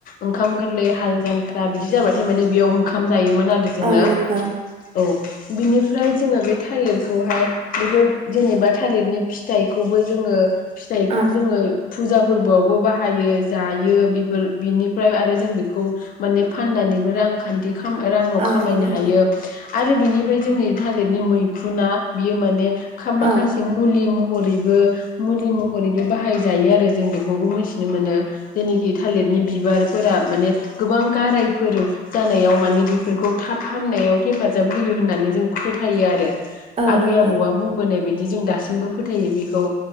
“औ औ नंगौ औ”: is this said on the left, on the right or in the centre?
Right